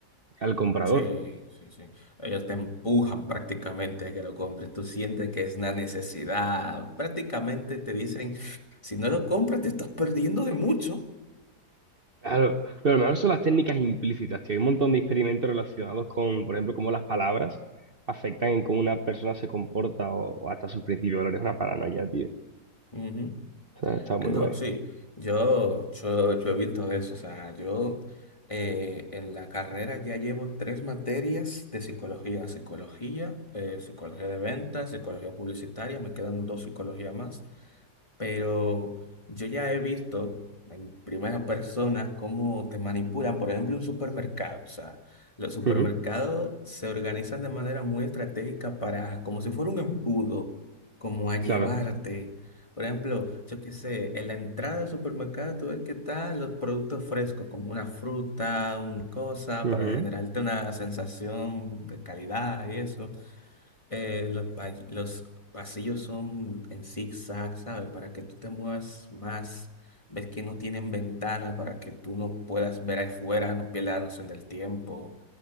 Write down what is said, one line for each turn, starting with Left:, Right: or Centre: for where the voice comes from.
Right: al comprador.
Left: Sí, sí, sí. Ellos te empujan prácticamente a que lo compres. Tú sientes que es una necesidad. Prácticamente te dicen, si no lo compras, te estás perdiendo de mucho.
Right: Claro, pero lo mejor son las técnicas implícitas, que hay un montón de experimentos relacionados con, por ejemplo, cómo las palabras afectan en cómo una persona se comporta o, o hasta sus principios de valores. Es una paranoia, tío.
Left: Ujú.
Right: O sea, está muy
Left: No,
Right: guay.
Left: sí, yo, yo, yo he visto eso. O sea, yo eh, en la carrera ya llevo tres materias de psicología. Psicología, eh, psicología de ventas, psicología publicitaria, me quedan dos psicologías más. pero yo ya he visto en primera persona cómo te manipulan, por ejemplo, un supermercado. O sea, los supermercados
Right: Ujú,
Left: se organizan de manera muy estratégica para, como si fuera un embudo, como a
Right: Claro.
Left: llevarte. Por ejemplo, yo qué sé, en la entrada del supermercado tú ves que están los productos frescos, como una fruta, una cosa,
Right: Ujú,
Left: para generarte una sensación de calidad y eso eh, los, pa- los pasillos son en zigzag, ¿sabes? Para que tú te muevas más, ves que no tienen ventana para que tú no puedas ver afuera, no pierdas la noción del tiempo,